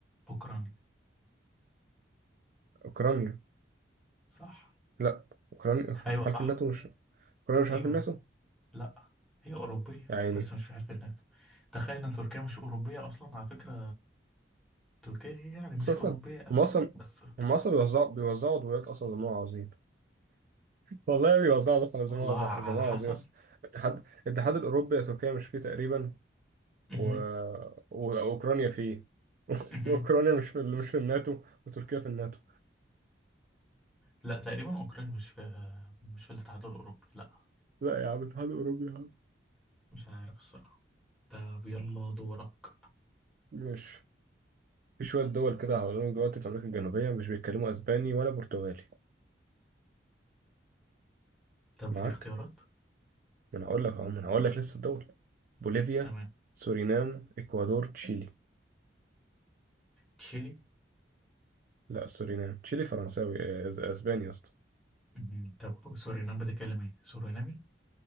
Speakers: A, in the centre; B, on the right (about 50°).
A: أوكرانيا
B: أوكرانيا
A: صح
B: لا أوكرانيا
A: أيوة صح
B: حرف الناتو مش كولر مش
A: أيوة
B: عارف الناسه
A: لا هي أوروبية
B: يا عيني
A: بس مش في حلف الناتو تخيل إن تركيا مش أوروبية أصلا على فكرة تركيا هي يعني
B: بس
A: مش
B: اصلا
A: أوروبية أوي
B: هم اصلا
A: بس
B: هم اصلا بيوزعوا بيوزعوا عضويات اصلا زي ما هو عاوزين والله بيوزعوا اصلا زي
A: والله
B: ما هو
A: على
B: زي ما هو
A: حسب
B: عاوزين اصلا الاتحاد الاتحاد الاوروبي يا تركيا مش فيه تقريبا
A: مهم.
B: و... و- واوكرانيا فيه <laughs>
A: مهم.
B: اوكرانيا مش في مش في الناتو وتركيا في الناتو
A: لا تقريبا أوكران مش في مش في الاتحاد الأوروبي لا
B: لا يا عم الاتحاد الاوروبي يا عم
A: مش عارف الصراحة طب يلا دورك
B: مش في شويه دول كده هقول لك دلوقتي في امريكا الجنوبيه مش بيتكلموا اسباني ولا برتغالي
A: طب
B: معاك
A: في اختيارات
B: ما انا هقول لك اهو ما انا هقول لك لسه الدول بوليفيا
A: تمام
B: سورينام اكوادور تشيلي
A: تشيلي
B: لا سورينام تشيلي فرنساوي آه، أز- اسباني يا اسطى
A: مهم. طب سورينام بتتكلم ايه سورينامي